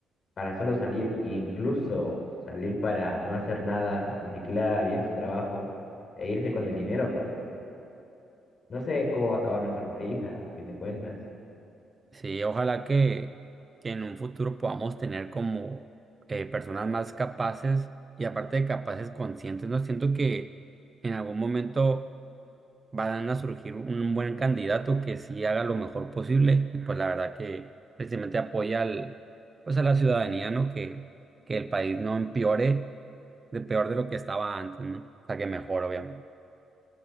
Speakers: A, on the left; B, on the right.
A: para solo salir, e incluso salir para no hacer nada, ni siquiera bien su trabajo, e irse con el dinero, pues no sé cómo va a acabar nuestro país a fin de cuentas.
B: Sí, ojalá que, que en un futuro podamos tener como eh, personas más capaces y aparte de capaces conscientes, ¿no? Siento que en algún momento van a surgir un buen candidato que sí haga lo mejor posible y pues la verdad que precisamente apoya al, pues a la ciudadanía, ¿no? Que, que el país no empeore de peor de lo que estaba antes, ¿no? O sea, que mejor, obviamente.